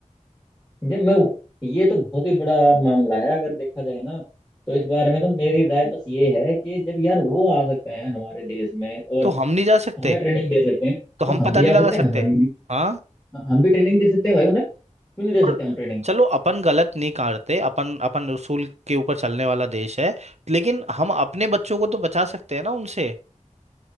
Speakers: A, in the centre; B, on the right.
A: ये मैं ये तो बहुत ही बड़ा मामला है अगर देखा जाए ना तो इस बारे में तो मेरी राय बस ये है कि जब यार वो आ सकते हैं हमारे देश में और
B: तो हम नहीं जा सकते
A: हमें ट्रेनिंग दे सकते हैं
B: तो हम
A: तो हम
B: पता
A: भी
B: नहीं
A: जा
B: लगा
A: सकते हैं
B: सकते
A: हम
B: हाँ
A: हम भी ट्रेनिंग दे सकते हैं भाई उन्हें क्यों नहीं दे
B: और
A: सकते हम ट्रेनिंग
B: चलो अपन गलत नहीं करते अपन अपन उसूल के ऊपर चलने वाला देश है लेकिन हम अपने बच्चों को तो बचा सकते हैं ना उनसे